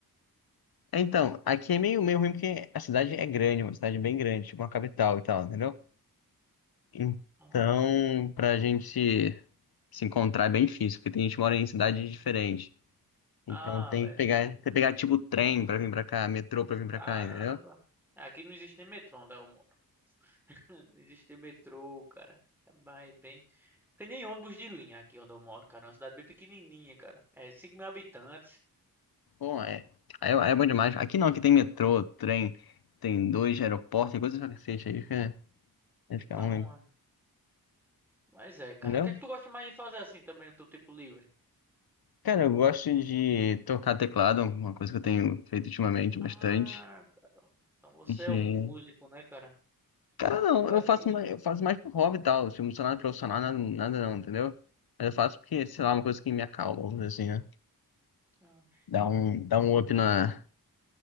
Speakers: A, on the left; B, in the centre.
A: Então, aqui é meio, meio ruim porque a cidade é grande, uma cidade bem grande, tipo uma capital e tal, entendeu? Então,
B: Ah,
A: pra gente se encontrar é bem difícil, porque tem gente que mora em cidades diferentes.
B: ah,
A: Então tem
B: velho.
A: que pegar,
B: entendi.
A: tem que pegar tipo trem pra vir pra cá, metrô pra vir pra
B: Caramba.
A: cá, entendeu?
B: Aqui não existe nem metrô onde eu moro. <laughs> Não existe metrô, cara. É mais bem. Tem nem ônibus de linha aqui onde eu moro, cara. É uma cidade bem pequenininha, cara. É 5 mil habitantes.
A: Bom, é, aí é, é bom demais. Aqui não, aqui tem metrô, trem, tem dois aeroportos, tem coisas pra cacete aí, fica, aí
B: Então,
A: ficar ruim,
B: é. mas é, cara.
A: entendeu?
B: O que é que tu gosta mais de fazer assim também no teu tempo livre?
A: Cara, eu gosto de tocar teclado, uma coisa que eu tenho feito ultimamente
B: Ah,
A: bastante.
B: cara. Então você
A: E que
B: é um músico, né, cara?
A: Cara, não,
B: Tecladista.
A: eu faço mais, eu faço mais por hobby e tal. Tipo, não sou nada profissional, nada, nada não, entendeu? Mas eu faço porque, sei lá, uma coisa que me acalma, vamos dizer assim, né?
B: Ah.
A: Dá um, dá um up na,